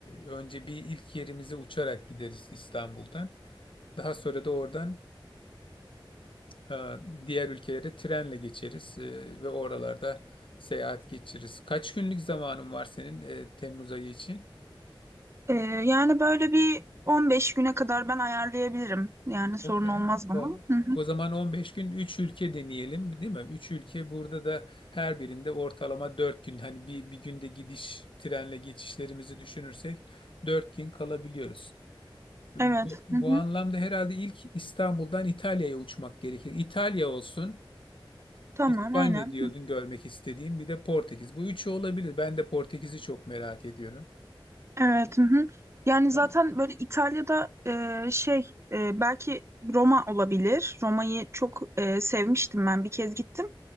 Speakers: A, on the left; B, on the right.
A: Önce bir ilk yerimize uçarak gideriz İstanbul'dan. Daha sonra da oradan e, diğer ülkelere trenle geçeriz e, ve oralarda seyahat geçiririz. Kaç günlük zamanın var senin e, Temmuz ayı için?
B: E, yani böyle bir 15 güne kadar ben ayarlayabilirim. Yani sorun
A: Okey.
B: olmaz bana.
A: O,
B: Hı hı.
A: o zaman 15 gün 3 ülke deneyelim değil mi? 3 ülke burada da her birinde ortalama 4 gün hani bir, bir günde gidiş trenle geçişlerimizi düşünürsek 4 gün kalabiliyoruz. Bu,
B: Evet.
A: bu
B: Hı hı.
A: anlamda herhalde ilk İstanbul'dan İtalya'ya uçmak gerekir. İtalya olsun.
B: Tamam
A: İspanya
B: aynen.
A: diyordun görmek istediğim. Bir de Portekiz. Bu üçü olabilir. Ben de Portekiz'i çok merak ediyorum.
B: Evet. Hı hı. Yani zaten
A: Tamam.
B: böyle İtalya'da e, şey e, belki Roma olabilir. Roma'yı çok e, sevmiştim ben bir kez gittim.